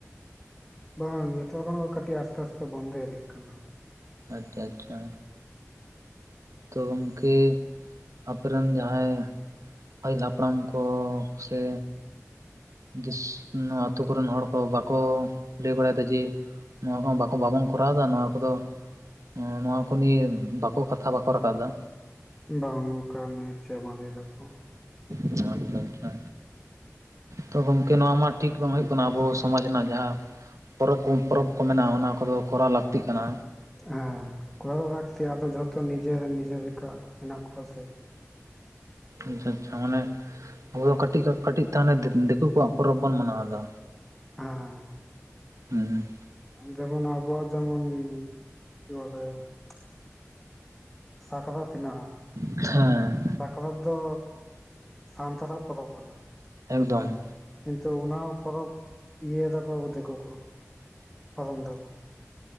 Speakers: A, in the centre; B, on the right.
A: ᱵᱟᱝ ᱱᱮᱛᱟᱨ ᱠᱷᱚᱱ ᱠᱟᱹᱴᱤᱡ ᱟᱥᱛᱮ ᱟᱥᱛᱮ ᱵᱚᱱᱫᱮᱭ ᱤᱫᱤᱜ ᱠᱟᱱᱟ᱾
B: ᱟᱪᱪᱷᱟ, ᱟᱪᱪᱷᱟ᱾ ᱛᱚ ᱜᱚᱢᱠᱮ ᱟᱯᱮᱨᱮᱱ ᱨᱮᱱ ᱡᱟᱦᱟᱸᱭ ᱯᱟᱹᱦᱤᱞ ᱦᱟᱯᱲᱟᱢ ᱠᱚ ᱥᱮ ᱫᱤᱥ ᱱᱚᱣᱟ ᱟᱛᱩ ᱠᱚᱨᱮᱱ ᱦᱚᱲ ᱠᱚ ᱵᱟᱠᱚ ᱞᱟᱹᱭ ᱵᱟᱲᱟᱭ ᱫᱟ ᱡᱮ ᱱᱚᱣᱟ ᱠᱚ ᱵᱟᱠᱚ ᱵᱟᱵᱚᱱ ᱠᱚᱨᱟᱣᱮᱫᱟ ᱱᱚᱣᱟ ᱠᱚᱫᱚ ᱦᱩᱸ ᱱᱚᱶᱟ ᱠᱚ ᱱᱤᱭᱟ, ᱵᱟᱠᱚ ᱠᱟᱛᱷᱟ ᱵᱟᱠᱚ ᱨᱟᱠᱟᱵ ᱮᱫᱟ᱾
A: ᱦᱩᱸ ᱵᱟᱝ ᱚᱱᱠᱟ ᱧᱤᱨ ᱪᱟᱵᱟ ᱮᱫᱟᱠᱚ᱾
B: ᱟᱪᱪᱷᱟ, ᱟᱪᱪᱷᱟ ᱛᱚ ᱜᱚᱝᱠᱮ ᱱᱚᱣᱟ ᱢᱟ ᱴᱷᱤᱠ ᱵᱟᱝ ᱦᱩᱭᱩᱜ ᱠᱟᱱᱟ ᱟᱵᱚ ᱥᱚᱢᱟᱡᱽ ᱨᱮᱱᱟᱜ ᱡᱟᱦᱟᱸ ᱯᱚᱨᱚᱵᱽ ᱠᱚᱢ ᱯᱚᱨᱚᱵᱽ ᱠᱚ ᱢᱮᱱᱟᱜ-ᱟ ᱚᱱᱟ ᱠᱚᱫᱚ ᱠᱚᱨᱟᱣ ᱞᱟᱹᱠᱛᱤᱜ ᱠᱟᱱᱟ᱾
A: ᱦᱮᱸ ᱠᱚᱨᱟᱣ ᱞᱟᱹᱠᱛᱤ ᱟᱫᱚ ᱡᱷᱚᱛᱚ ᱱᱤᱡᱮᱨ ᱱᱤᱡᱮ ᱞᱮᱠᱟ ᱦᱮᱱᱟᱜ ᱠᱚᱣᱟ ᱥᱮ᱾
B: ᱟᱪᱪᱷᱟ, ᱟᱪᱪᱷᱟ ᱚᱱᱮ ᱟᱵᱚ ᱠᱟᱹᱴᱤᱜᱟ ᱠᱟᱹᱴᱤᱡ <unintelligible> ᱫᱤᱠᱩ ᱠᱚᱣᱟᱜ ᱯᱚᱨᱚᱵᱽ ᱵᱚᱱ ᱢᱟᱱᱟᱣ ᱫᱟ᱾
A: ᱦᱮᱸ᱾
B: ᱦᱩᱸ᱾
A: ᱡᱮᱢᱚᱱ ᱟᱵᱚᱣᱟᱜ ᱡᱮᱢᱚᱱ <unintelligible> ᱥᱟᱠᱨᱟᱛ ᱦᱮᱱᱟᱜ-ᱟ᱾
B: ᱦᱮᱸ᱾
A: ᱥᱟᱠᱨᱟᱛ ᱫᱚ ᱥᱟᱱᱛᱟᱲᱟᱜ ᱯᱚᱨᱚᱵᱽ ᱠᱟᱱᱟ᱾
B: ᱮᱠᱫᱚᱢ᱾
A: ᱠᱤᱱᱛᱩ ᱚᱱᱟ ᱯᱚᱨᱚᱵᱽ ᱤᱭᱟᱹᱭ ᱫᱟᱠᱚ ᱫᱤᱠᱩ ᱠᱚ, ᱯᱟᱨᱚᱢ ᱫᱟᱠᱚ᱾